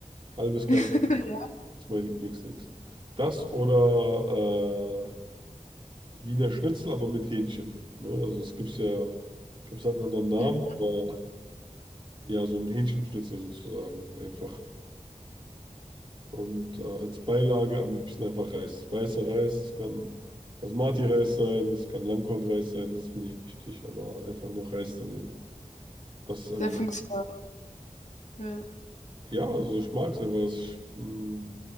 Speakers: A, on the right; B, on the left.
A: Halbes
B: <laughs>
A: Ganzes
B: Ja,
A: ist mein Lieblingsding. Das oder äh, Wiener Schnitzel, aber mit Hähnchen. Ne? Also es gibt ja, ich glaube, es hat einen anderen Namen,
B: Mhm.
A: aber ja, so ein Hähnchenschnitzel sozusagen. Einfach. Und äh, als Beilage am liebsten einfach Reis. Weißer Reis, es kann Basmati-Reis sein, das kann Langkornreis sein, das ist mir nicht wichtig, aber einfach noch Reis daneben. Das ist einfach,
B: sehr funktional. Ja.
A: ja, also ich mag es einfach. Ich, mh,